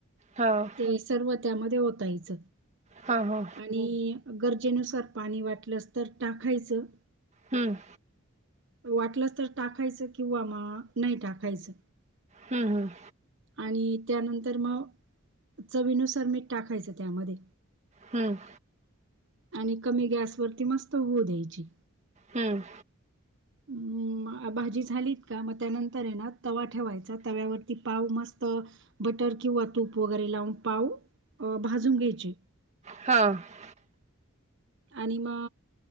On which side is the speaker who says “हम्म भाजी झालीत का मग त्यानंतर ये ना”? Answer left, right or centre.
Right